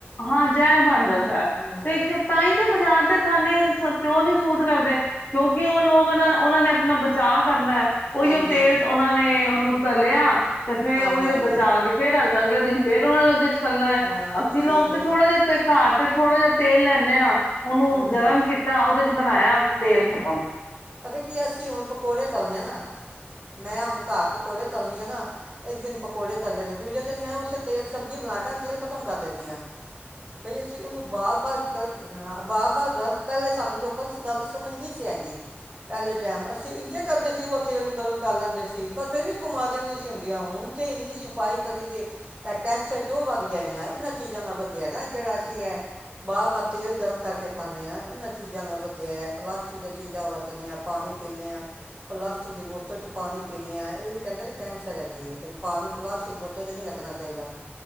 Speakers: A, on the left; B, on the right.
A: ਹਾਂ ਜ਼ਹਿਰ ਬਣ ਜਾਂਦਾ
B: ਹਮ,
A: ਤੇ ਤਾਂ ਹੀ ਤੇ ਬਾਜ਼ਾਰ ਖਾਣੇ ਕਿਉਂ ਨੀ ਸੂਟ ਕਰਦੇ ਕਿਉਂਕਿ ਉਹ ਲੋਕ ਉਹਨਾਂ ਉਹਨਾਂ ਨੇ ਆਪਣਾ ਬਚਾਅ ਕਰਨਾ ਹੈ ਉਹੀ
B: ਹਾਂਜੀ
A: ਉਹ ਤੇਲ ਉਹਨਾਂ ਨੇ ਉਹਨੂੰ ਦਲਿਆ ਤੇ ਫੇਰ
B: ਹਾਂਜੀ
A: ਉਹੀ
B: ਹਾਂਜੀ
A: ਉਹ ਬਚਾ ਕੇ ਫੇਰ ਅਗਲੇ ਦਿਨ ਫੇਰ ਉਹਨਾਂ ਨੇਦੇ
B: ਹਾਂ
A: ਅਸੀਂ ਲੋਕ
B: ਠੀਕ ਹੈ
A: ਤੇ ਥੋੜਾ ਜਿਹਾ ਤੇ ਘਰ ਤੇ ਥੋੜ੍ਹਾ ਜਿਹਾ ਤੇਲ ਲੈਂਦੇ ਹਾਂ ਉਹਨੂੰ
B: ਹਾਂਜੀ
A: ਗਰਮ ਕੀਤਾ ਉਹਦੇ ਚ ਬਣਾਇਆ ਤੇਲ ਖ਼ਤਮ
B: ਪਤਾ ਕੀ ਅਸੀਂ ਹੁਣ ਪਕੌੜੇ ਤਲਦੀ ਆ ਨਾ ਹੁਣ ਘਰ ਪਕੌੜੇ ਤਲ ਨੇ ਆ ਨਾ ਇੱਕ ਦਿਨ ਪਕੌੜੇ ਤਲੇ ਨੇ ਦੂਜ ਦਿਨ ਮੈਂ ਉਸ ਸਬਜ਼ੀ ਬਣਾ ਕੇ ਤੇਲ ਖਤਮ ਕਰ ਦਿੰਦੀ ਹਾਂ ਬਈ ਅਸੀਂ ਉਹਨੂੰ ਬਾਰ ਬਾਰ ਬਰ ਪਰ ਗਰਮ ਪਹਿਲੇ ਸਾਨੂੰ ਲੋਕਾਂ ਦੀ ਇਸ ਗੱਲ ਦੀ ਸਮਝ ਨਹੀਂ ਸੀ ਹੈਗੀ ਪਹਿਲੇ ਟਾਈਮ ਅਸੀਂ ਇੰਜ ਕਰਦੇ ਸੀ ਉਹ ਤੇਲ ਨੂੰ ਗਰਮ ਕਰ ਲੈਂਦੇ ਸੀ ਪਰ ਫਿਰ ਵੀ ਬਿਮਾਰੀਆਂ ਨਹੀਂ ਸੀ ਹੁੰਦੀਆਂ ਹੁਣ ਤੇ ਇੰਨੀ ਸਫ਼ਾਈ ਕਰੀ ਦੀ ਇਹ ਕੈਂਸਰ ਕਿਉਂ ਵੱਧ ਗਿਆ ਇਨਾ ਇਹਨਾਂ ਚੀਜ਼ਾਂ ਨਾਲ ਵਧਿਆ ਨਾ ਜਿਹੜਾ ਅਸੀਂ ਇਹ ਬਾਰ ਵਾਰ ਤੇਲ ਗਰਮ ਕਰਕੇ ਖਾਂਦੇ ਹਾਂ ਇਹਨਾਂ ਚੀਜ਼ਾਂ ਨਾਲ ਵਧਿਆ ਹੈ ਪਲਾਸਟਿਕ ਦੀਆਂ ਚੀਜ਼ਾਂ ਵਧ ਦੇ ਹਾਂ ਪਾਣੀ ਪੀਂਦੇ ਹਾਂ ਪਲਾਸਟਿਕ ਦੀ ਬੋਤਲ ' ਪਾਣੀ ਪੀਂਦੇ ਹਾਂ ਇਹ ਵੀ ਕਹਿੰਦੇ ਕੈਂਸਰ ਹੈਗੀ ਪਾਣੀ ਪਲਾਸਟਿਕ ਬੋਤਲ ' ਨਹੀਂ ਰੱਖਣਾ ਚਾਹੀਦਾ